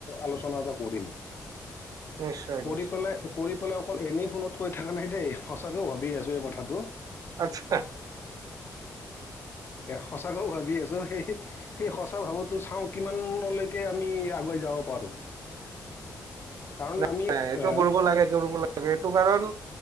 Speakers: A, on the left (about 40°); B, on the right (about 75°).
A: আলোচনা এটা কৰিম।
B: নিশ্চয়
A: কৰি
B: নিশ্চয়
A: পেলাই, কৰি পেলাই অকল এনেই ফোনত কৈ থকা নাই দেই সঁচাকেও ভাবি আছো এই কথাটো।
B: আত্ছা।
A: সঁচাকেও ভাবি আছো এই সেই সঁচা আচছা ভাবোতো চাওঁ কিমানলৈকে আমি আগুৱাই যাব পাৰো। কাৰণ
B: নাই
A: আমি
B: নাই এইটো
A: আহ,
B: কৰিব লাগে কৰিব লাগে এইটো কাৰণ